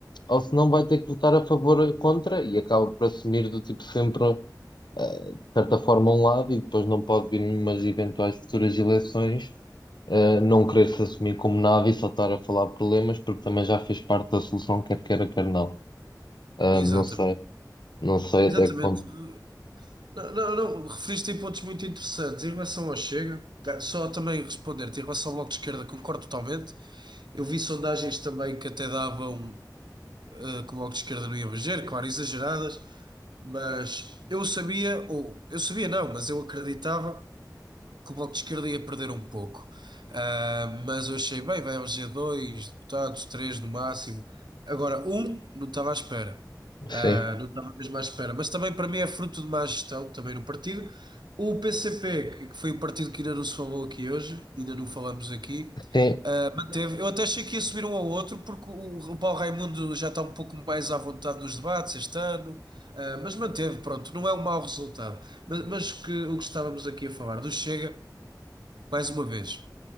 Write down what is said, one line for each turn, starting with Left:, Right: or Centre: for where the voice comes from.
Left: ou se não vai ter que votar a favor ou contra e acaba por assumir do tipo sempre, eh, de certa forma, um lado e depois não pode vir numas eventuais futuras eleições, eh, não querer se assumir como nada e só estar a falar de problemas porque também já fez parte da solução, quer queira, quer não. Ah,
Right: exatamente.
Left: não sei, não sei até
Right: Exatamente.
Left: que ponto.
Right: Não, não, não, referiste em pontos muito interessantes. Em relação ao Chega, tá, só também responder-te, em relação ao Bloco de Esquerda, concordo totalmente. Eu vi sondagens também que até davam eh, que o Bloco de Esquerda não ia eleger, claro, exageradas, mas eu sabia, ou eu sabia não, mas eu acreditava. que o Bloco de Esquerda ia perder um pouco. Ah, mas eu achei, bem, vai eleger dois deputados, três no máximo. Agora, um não estava à espera.
Left: Sim,
Right: Ah, não Yeah. estava mesmo à espera. Mas também para mim é fruto de má gestão também no partido. O P PCP, que que foi o partido que ainda não se falou aqui hoje, ainda não falamos aqui,
Left: sim,
Right: ah, manteve. Eu até achei que ia subir um ao outro, porque o, o Paulo Raimundo já está um pouco mais à vontade nos debates este ano, ah, mas manteve, pronto, não é um mau resultado. Mas, mas que, o que estávamos aqui a falar do Chega. Mais uma vez,